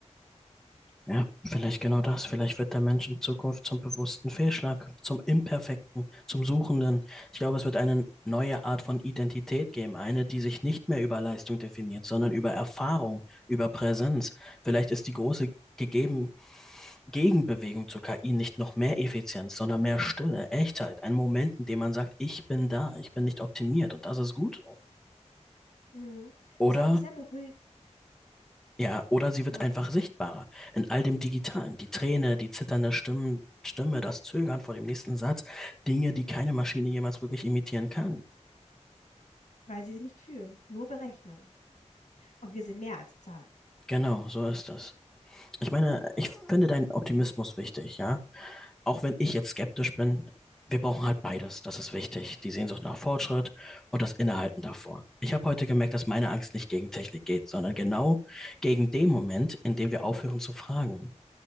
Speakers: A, in the centre; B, on the left (about 85°).
A: Ja, vielleicht genau das. Vielleicht wird der Mensch in Zukunft zum bewussten Fehlschlag, zum Imperfekten, zum Suchenden. Ich glaube, es wird eine neue Art von Identität geben, eine, die sich nicht mehr über Leistung definiert, sondern über Erfahrung, über Präsenz. Vielleicht ist die große gegeben Gegenbewegung zur KI nicht noch mehr Effizienz, sondern mehr Stille, Echtheit, ein Moment, in dem man sagt, ich bin da, ich bin nicht optimiert und das ist gut. so.
B: Hm,
A: Oder
B: das hat was sehr beruhigend,
A: Ja, oder sie wird
B: ja,
A: einfach sichtbarer in all dem Digitalen. Die Träne, die zitternde Stimme, Stimme, das Zögern vor dem nächsten Satz, Dinge, die keine Maschine jemals wirklich imitieren kann.
B: weil sie nicht fühlen, nur berechnen. Und wir sind mehr als Zahlen.
A: Genau, so ist das. Ich meine, ich finde deinen Optimismus wichtig, ja. Auch wenn ich jetzt skeptisch bin, wir brauchen halt beides. Das ist wichtig. Die Sehnsucht nach Fortschritt und das Innehalten davor. Ich habe heute gemerkt, dass meine Angst nicht gegen Technik geht, sondern genau gegen den Moment, in dem wir aufhören zu fragen.